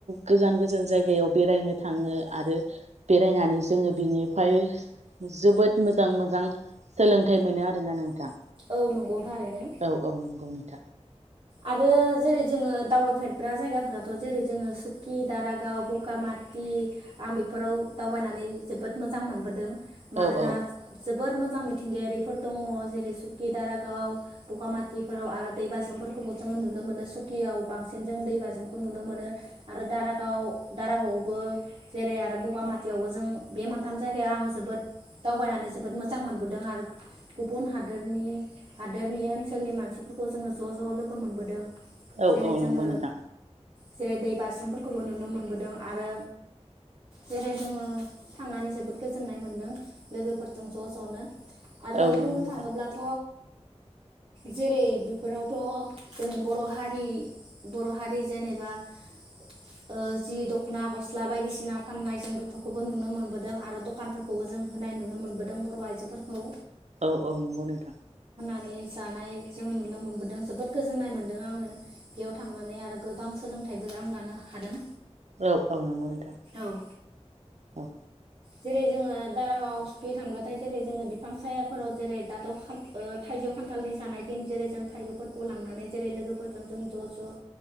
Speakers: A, on the right; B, on the right.
A: गोजान गोजान जायगायाव बेरायनो थाङो आरो बेरायनानै जोङो बिनिफ्राय जोबोद मोजां मोजां सोलोंथाइ मोनो आरोना नोंथां
B: औ नंगौ थारैनो
A: औ औ नंगौ नोंथां
B: आरो जेरै जोङो दावबायफेरग्रा जायगाफोराथ' जेरै जोङो सुकि, दारागाव आरो बगामाथि आं बेफोराव दावबायनानै जोबोद मोजां मोजां मोनबोदों मानोना
A: औ औ
B: जोबोद मोजां मोजां मिथिंगायारिफोर दङ जेरै सुकि दारागाव बगामाथिफोराव आरो दैबाज्रुमफोरखौबो जोङो नुनो मोनो सुकियाव बांसिन जों दैबाज्रुमखौ नुनो मोनो नुनो मोनो आरो दारागाव दारागावआवबो जेरै आरो बगामाथियावबो जों बे मोनथाम जायगायाव आङो जोबोद दावबायनानै जोबोद मोजां मोनबोदों आरो गुबुन हादोरनि हादोरनि ओनसोलनि मानसिफोरखौ जोङो ज' ज' लोगो मोनबोदों।
A: औ
B: जेरै
A: औ
B: जोङो
A: नंगौ नोंथां
B: जेरै दै बाज्रुमफोरखौबो नुनो मोनबोदों आरो जेरै जोङो थांनानै जोबोद गोजोननाय मोनदों लोगोफोरजों ज' ज'नो आरो
A: औ
B: बुंनो
A: नंगौ नोंथां
B: थाङोब्लाथ जेरै बेफोरावथ जोंनि बर हारि बर हारि जेनेबा ओ जि दखना गस्ला बायदिसिना फाननाय जों बेफोरखौबो नुनो मोनबोदों आरो दखानफोरखौबो जों होनाय नुनो मोनबोदों बर आइजोफोरखौ
A: औ औ नंगौ नोंथां
B: नै जानाय जोङो नुनो मोनबोदों जोबोद गोजोन्नाय मोनदों आङो बेयाव थांनानै आरो गोबां सोलों फाथायबो आं लानो हादों
A: औ औ नंगौ नोंथां
B: औ
A: औ
B: जेरै जोङो दारागाव सुखि थांब्लाथाय जेरै जोङो बिफां सायाफोराव जेरै दाथ खान थाइजौ खान्थालनि जानाय दिन जेरै जों थाइजौफोरखौ लांनानै जेरै लोगोफोरजों जों ज ज